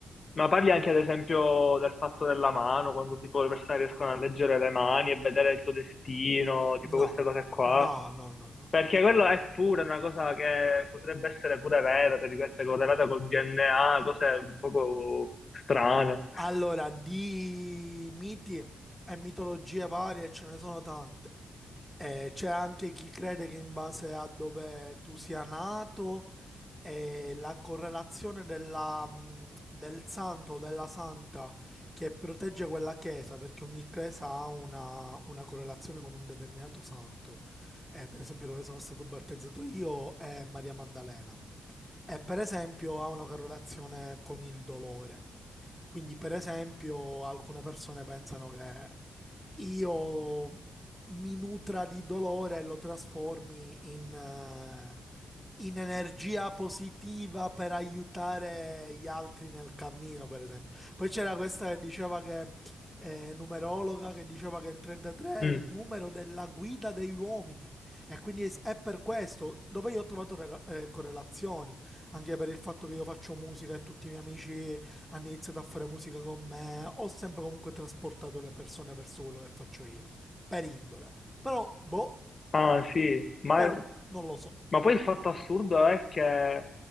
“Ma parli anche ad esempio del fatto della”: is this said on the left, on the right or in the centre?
Left